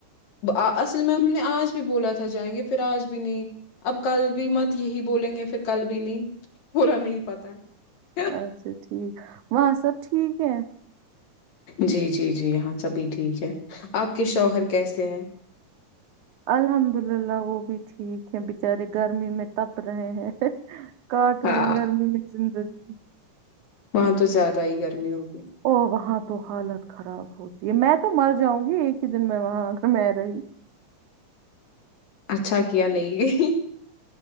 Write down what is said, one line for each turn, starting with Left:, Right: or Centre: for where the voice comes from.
Left: اصل میں انہوں نے آج بھی بولا تھا جائیں گے پھر آج بھی نہیں اب کل بھی مت یہی بولیں گے پھر کل بھی نہیں پورا نہیں پتا ہے
Right: اچھا ٹھیک وہاں سب ٹھیک ہے
Left: جی جی جی یہاں سبھی ٹھیک ہے آپ کے شوہر کیسے ہے
Right: الحمدللہ وہ بھی ٹھیک ہیں بیچارے گھر میں میں تپ رہے ہیں کاٹ رہے
Left: ہاں۔
Right: ہیں گرمی میں زندگی جی
Left: وہاں تو زیادہ ہی گرمی ہوگی،
Right: اور وہاں تو حالت خراب ہوتی میں تو مر جاؤں گی ایک ہی دن میں وہاں گ میں رہی
Left: اچھا کیا نہیں